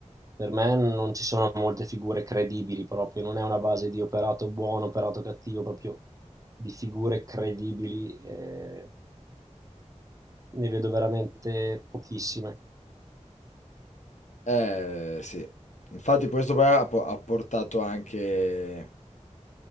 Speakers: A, on the right; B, on the left.
A: per me non ci sono molte figure credibili proprio, non è una base di operato buono, operato cattivo, proprio di figure credibili, eh, ne vedo veramente pochissime.
B: Eh, sì. Infatti questo poi ha, po- ha portato anche